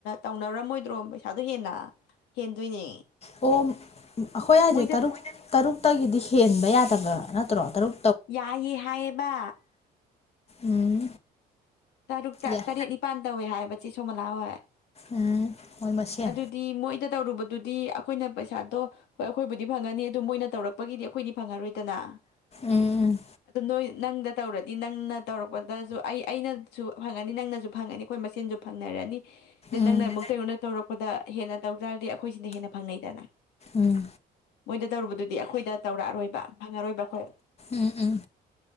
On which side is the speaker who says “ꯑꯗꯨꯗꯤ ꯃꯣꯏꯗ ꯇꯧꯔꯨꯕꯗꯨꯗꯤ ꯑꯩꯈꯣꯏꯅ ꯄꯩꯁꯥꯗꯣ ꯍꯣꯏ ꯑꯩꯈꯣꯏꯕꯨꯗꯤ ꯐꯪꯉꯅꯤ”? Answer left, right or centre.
Left